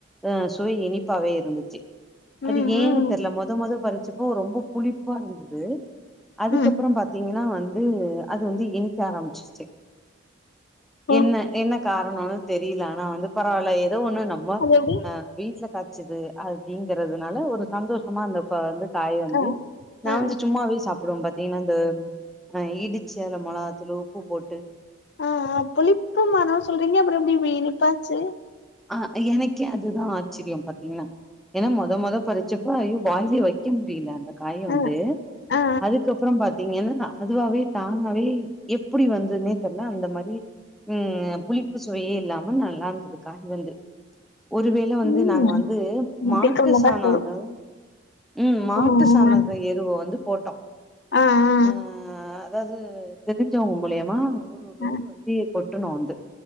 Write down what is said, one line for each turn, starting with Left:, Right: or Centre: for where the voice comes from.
Centre: அ சுவை இனிப்பாவே இருந்துச்சு அது
Left: ம்
Centre: ஏன்னு
Left: ம்
Centre: தெர்ல மொத மொத பறிச்சப்போ ரொம்ப புளிப்பா இருந்துது அதுக்கப்பறம்
Left: ம்
Centre: பாத்தீங்னா வந்து அது வந்து இனிக்க ஆரம்பிச்சிரிச்சு
Left: ஓ
Centre: என்ன என்ன காரணன்னு தெரியல ஆனா வந்து பரவால்ல ஏதோ ஒண்ணு நம் ம
Left: அது எப்டி
Centre: அ வீட்ல காச்சது அப்டிங்கறதுனால ஒரு சந்தோஷமா அந்த வந்து காய வந்து
Left: ஆ
Centre: நா
Left: ஆ
Centre: வந்து சும்மாவே சாப்புடுவ பாத்தீங்னா இந்த அ இடிச் சிரக மொளகாத்தூழு உப்பு போட்டு
Left: அ ஆ புளிப்பு மரம் சொல்றீங்க அப்றம் எப்டி இப்டி இனிப்பாச்சு
Centre: ஆ எனக்கே அதுதா ஆச்சரியம் பாத்தீங்ன்னா ஏன்னா மொத மொத பறிச்சப்ப ஐயோ வாயிலே வைக்க முடியல அத காய வந்து
Left: ஆ ஆ ஆ
Centre: அதுக்கப்றம் பாத் தீங்கன்னா அதுவாவே தானாவே எப்புடி வந்துதுன்னே தெர்ல அந்த மாரி ம் புளிப்பு சுவையே இல்லாம நல்லாருந்தது காய் வந்து ஒருவேள வந்து
Left: ம்
Centre: நாங்க வந்து மாட்டு
Left: அதுக்கு முன்னாடி
Centre: சாணந்து
Left: சொல்லு
Centre: ம் மாட்டு
Left: ம்,
Centre: சாணத எருவ வந்து போட்டோ
Left: ஆ ஆ
Centre: அ அதாது தெரிஞ்சவுங்க மூலியமா ஒரு லோடு
Left: ஆ ஆ
Centre: வந்து கொட்டுனோ வந்து